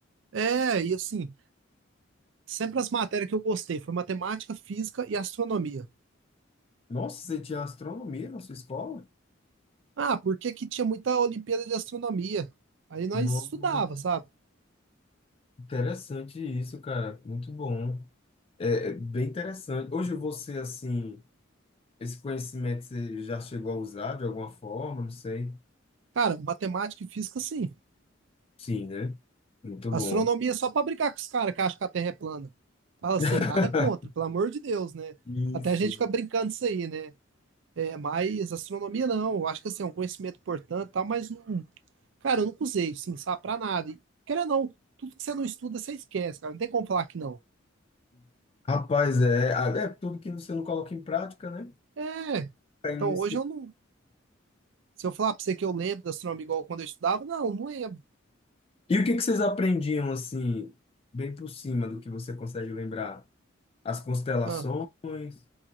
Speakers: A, on the right; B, on the left.
A: É, e assim, sempre as matérias que eu gostei foi matemática, física e astronomia.
B: Nossa, você tinha astronomia na sua escola?
A: Ah, porque que tinha muita Olimpíada de Astronomia? Aí nós
B: Nossa,
A: estudava, sabe?
B: interessante isso, cara. Muito bom. É, é bem interessante. Hoje você, assim, esse conhecimento você já chegou a usar de alguma forma, não sei.
A: Cara, matemática e física, sim.
B: Sim, né? Muito bom.
A: Astronomia é só pra brincar com os caras que acham que a Terra é plana. Fala assim,
B: <laughs>
A: nada contra, pelo amor de Deus, né?
B: Sim,
A: Até
B: sim.
A: a gente fica brincando disso aí, né? É, mas astronomia não. Eu acho que assim, é um conhecimento importante e tal, mas não. Cara, eu nunca usei, sim, sabe, pra nada. E, querendo ou não, tudo que você não estuda, você esquece, cara. Não tem como falar que não.
B: Rapaz, é, é tudo que você não coloca em prática, né?
A: É,
B: Aí
A: então
B: não esquece.
A: hoje eu não. Se eu falar pra você que eu lembro da astronomia igual quando eu estudava, não, não lembro.
B: E o que que vocês aprendiam, assim, bem por cima do que você consegue lembrar? As constelações?
A: Ah,